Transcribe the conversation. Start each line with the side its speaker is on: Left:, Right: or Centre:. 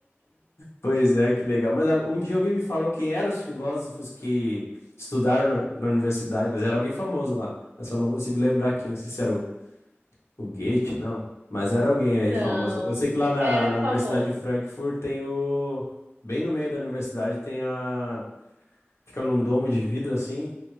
Left: Pois é, que legal. Mas ah, um dia alguém me falou quem eram os filósofos que estudaram na na universidade, mas era alguém famoso lá. Eu só não consigo lembrar quem. Não sei se era o, o Goethe, não. Mas era alguém
Right: Não,
Left: aí famoso. Eu sei que lá na,
Right: era
Left: na
Right: famoso.
Left: Universidade de Frankfurt tem o. Bem no meio da universidade tem a. Fica num domo de vidro assim.